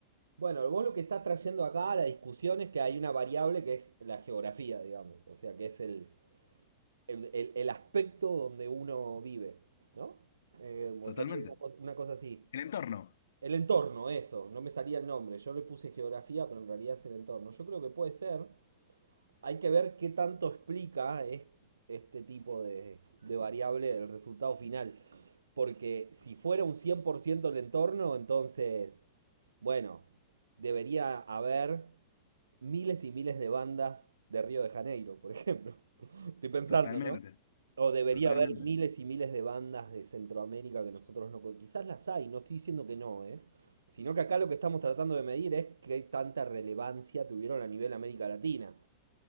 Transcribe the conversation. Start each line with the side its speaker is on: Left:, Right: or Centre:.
Right: Bueno, vos lo que estás trayendo acá a la discusión es que hay una variable que es la geografía, digamos, o sea, que es el, el, el- el aspecto donde uno vive, ¿no? Eh, como
Left: Totalmente.
Right: sería una cosa, una cosa así.
Left: El entorno.
Right: El entorno, eso, no me salía el nombre. Yo le puse geografía, pero en realidad es el entorno. Yo creo que puede ser. Hay que ver qué tanto explica es- este tipo de, de variable el resultado final. Porque si fuera un 100% el entorno, entonces, bueno, debería haber miles y miles de bandas de Río de Janeiro, por ejemplo. <laughs> Estoy pensando,
Left: Totalmente.
Right: ¿no? O debería
Left: Totalmente.
Right: haber miles y miles de bandas de Centroamérica que nosotros no... co- Quizás las hay, no estoy diciendo que no, ¿eh? Sino que acá lo que estamos tratando de medir es qué tanta relevancia tuvieron a nivel América Latina.